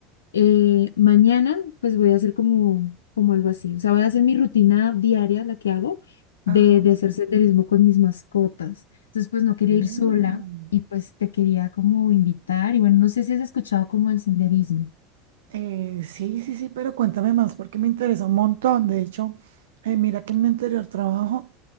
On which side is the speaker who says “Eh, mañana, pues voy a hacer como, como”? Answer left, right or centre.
Left